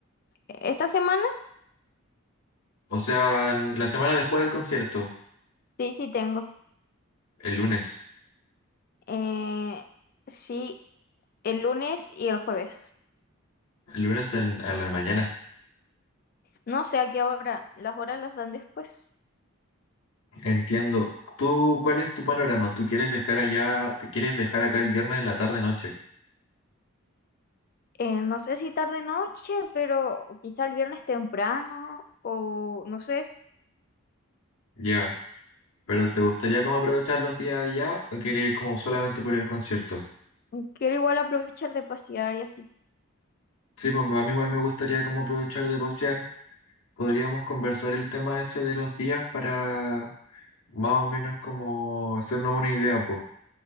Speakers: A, on the left (about 45°); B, on the left (about 85°).
A: ¿esta semana?
B: o sea, en- la semana después del concierto,
A: Sí, sí tengo.
B: el lunes,
A: Eh, sí, el lunes y el jueves.
B: el lunes en, a la mañana.
A: No sé a qué hora, las horas las dan después.
B: Entiendo. ¿Tú cuál es tu panorama? ¿Tú quieres viajar allá? ¿Te quieres viajar acá el viernes en la tarde noche?
A: Eh, no sé si tarde noche, pero quizá el viernes temprano o no sé.
B: Ya. ¿Pero te gustaría como aprovechar los días allá o quieres ir como solamente por el concierto?
A: Quiero igual aprovechar de pasear y así.
B: Sí, pues a mí igual me gustaría como aprovechar de pasear. Podríamos conversar el tema ese de los días para más o menos como hacernos una idea, pues.